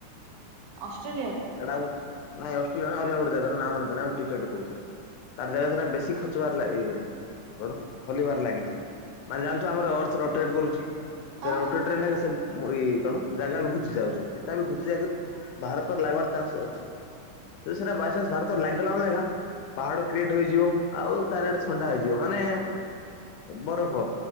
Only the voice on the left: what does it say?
ଏଟା ନାଇ ଅଷ୍ଟ୍ରେଲିଆ ନୁହେଁ, ଅଲଗା ଗୋଟେ ଜାଗା ର ନା ମନେ ପଡୁନି। ମୁଁ ଟିକେଟ ତାର ଜାଗା ସେଟା ବେଶୀ ଖଚିବାର ଲାଗ ଏଇ କଣ ଖୋଲିବାର ଲାଗିଛି। ମାନେ ଜାନୁଛୁ ଆମର ଅର୍ଥ ରୋଟେଟ୍ କରୁଛି।
ସେ ରୋଟେଟ
ରେ ନାଇ ସେ ମୁଁ ଏଇ କଣ କଣ ଜାଗା ବି ଘୁଚି ଯାଉଛି ସେଟା ବି ଘୁଚି ଯାଇକି ଭାରତ ଲାଗିବାର ଚାନ୍ସ ଅଛି। ଯଦି ସେଟା ବାଇଚାନ୍ସ ଭାରତ ଲାଗିଗଲା ମାନେ ପାହାଡ କ୍ରିଏଟ ହେଇଯିବ। ଆଉ ଚାରି ଆଡେ ଥଣ୍ଡା ହେଇଯିବ ମାନେ ବରଫ